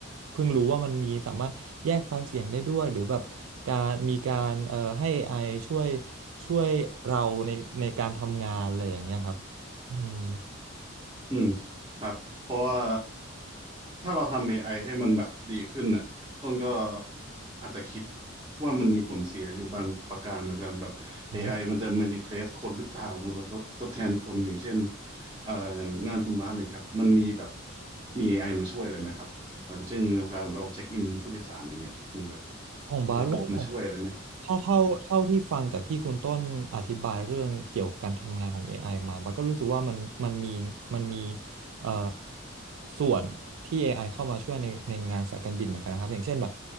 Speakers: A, on the right (about 75°); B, on the right (about 20°).
A: เพิ่งรู้ว่ามันมีสามารถแยกไฟล์เสียงได้ด้วยหรือแบบการมีการเอ่อให้เอไ i ช่วยช่วยเราในในการทำงานอะไรอย่างเงี้ยครับอืม
B: อืมครับเพราะว่าถ้าเราทำ AI ให้มันแบบดีขึ้นน่ะต้นก็อาจจะคิดว่ามันมีผลเสียอยู่บางประการเหมือนกันแบบ
A: โอ้
B: AI มันจะมา replace คนหรือเปล่ามันแบบทดทดแทนคนอย่างเช่นเอ่ออย่างงานคุณบาสเนะครับมันมีแบบมี AI มาช่วยอะไรไหมครับอย่างเช่นในการเราเช็คอินผู้โดยสารอย่างเงี้ยมีแบบ
A: ของบาโรุผม
B: ระบบมาช่วยอะไรไหม
A: ถ้าเท่าเท่าที่ฟังจากที่คุณต้นอธิบายเรื่องเกี่ยวกับการทำงานของ AI มาบาก็รู้สึกว่ามันมันมีมันมีเอ่อส่วนที่ AI เข้ามาช่วยในในงานสายการบินเหมือนกันนะครับอย่างเช่นแบบ